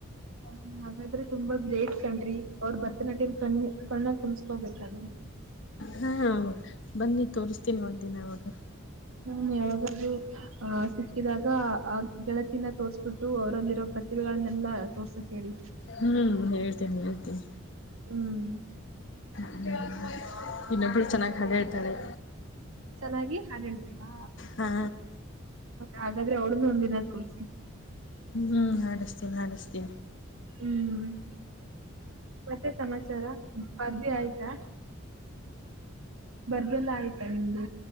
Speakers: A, on the right; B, on the left.
A: ಹ ಹಾಗಾದ್ರೆ ತುಂಬಾ ಗ್ರೇಟ್ ಕಣ್ರಿ ಅವ್ರ ಭರತನಾಟ್ಯನ ಕಣ್ಣ ಕಣ್ಣಾಗ ತುಂಬ್ಸ್ಕೋಬೇಕಲ್
B: ಹಾ ಬನ್ನಿ ತೋರಿಸ್ತೀನಿ ಒಂದ ದಿನ ಅವಾಗ
A: ಹ್ಮ ಯಾವಾಗದ್ರು ಆಹ ಸಿಕ್ಕಿದಾಗ ಆ ಗೆಳತಿನ ತೋರ್ಸ್ಬಿಟ್ಟು ಅವರಲ್ಲಿರೋ ಪ್ರತಿಭೆಗಳನ್ನೆಲ್ಲಾ ತೋರ್ಸಕ್ ಹೇಳಿ
B: ಹ್ಮ್ ಹೇಳ್ತೀನಿ ಹೇಳ್ತೀನಿ
A: ಹ್ಮ್
B: ಹ್ಮ ಇನ್ನೊಬಳ ಚೆನ್ನಾಗಿ ಹಡೆ ಹೇಳ್ತಾಳೆ
A: ಚೆನ್ನಾಗಿ ಹಾಡಿಳ್ತಲ್ಲ
B: ಹಾ
A: ಹಾಗಾದ್ರೆ ಅವಳನ್ ಒಂದಿನ ತೋರ್ಸಿ
B: ಹ್ಮ್ ಅಡಸ್ ಚಿನಷ್ಟತೀನಿ
A: ಹ್ಮ್ ಮತ್ತೆ ಸಮಾಚಾರ ಬರ್ದಿ ಆಯ್ತಾ ಬರ್ದೆ ಎಲ್ಲ ಆಯ್ತಾ ನಿಮ್ದು